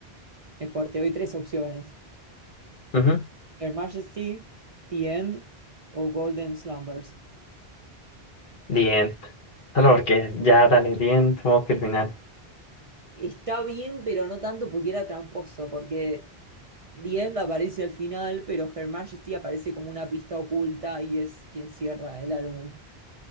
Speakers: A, on the right; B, on the left.
A: Mejor, te doy tres opciones.
B: ujú.
A: Her Majesty, The End o Golden Slumbers.
B: The End. Solo porque ya, dale, The End, modo criminal.
A: Está bien, pero no tanto porque era tramposo, porque The End aparece al final, pero Her Majesty aparece como una pista oculta y es quien cierra el álbum.